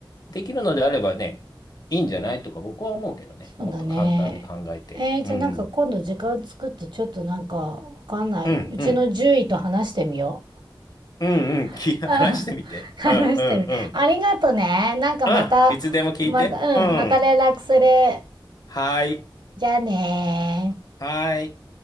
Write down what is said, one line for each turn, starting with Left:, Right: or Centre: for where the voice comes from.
Left: できるのであればね、いいんじゃないとか僕は思うけどね。
Right: そうだね。
Left: もっと簡単に考えて。
Right: えー、じゃあなんか今度時間作ってちょっとなんかわかんない。
Left: うんうん。うんうん。
Right: うちの獣医と話してみよ
Left: うんうん。
Right: う。
Left: き、話してみて。
Right: <laughs> うん話してみ。
Left: うんうんうん。
Right: ありがとね。なんかまた、
Left: うん。いつでも聞いて。
Right: また、うん、
Left: うん。
Right: また連絡する。
Left: はい。
Right: じゃあねー
Left: はい。